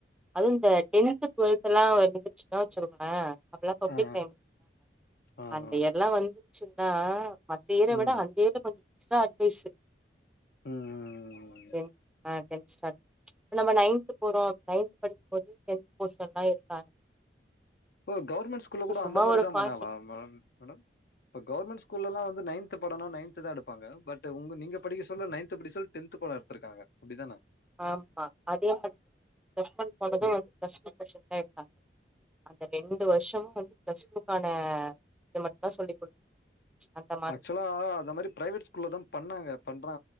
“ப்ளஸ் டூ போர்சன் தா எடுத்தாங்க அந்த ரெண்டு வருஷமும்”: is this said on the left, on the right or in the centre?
Centre